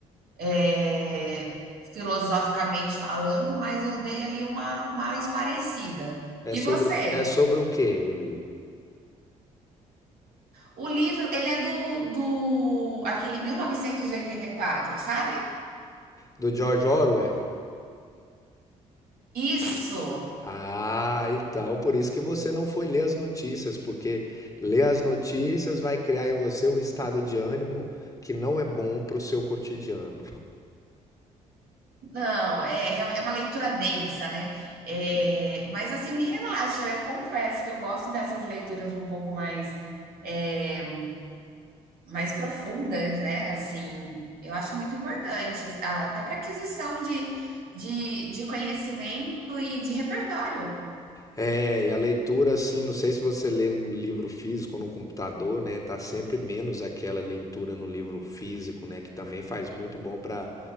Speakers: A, on the right; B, on the left.
A: é, filosoficamente falando, mas eu dei ali uma mais parecida.
B: é
A: E
B: sobre,
A: você?
B: é sobre o quê o livro?
A: O livro, ele é do, do aquele 1984, sabe?
B: Do George Orwell?
A: Isso!
B: Ah, então, por isso que você não foi ler as notícias, porque ler as notícias vai criar em você um estado de ânimo que não é bom para o seu cotidiano.
A: Não, é, é uma leitura densa, né? É, mas assim, me relaxa, eu confesso que eu gosto dessas leituras um pouco mais é, Mais profundas, né, assim, eu acho muito importante, a até pra aquisição de de de conhecimento e de repertório.
B: É, e a leitura, assim, não sei se você lê no livro físico ou no computador, né? Tá sempre menos aquela leitura no livro físico, né? Que também faz muito bom para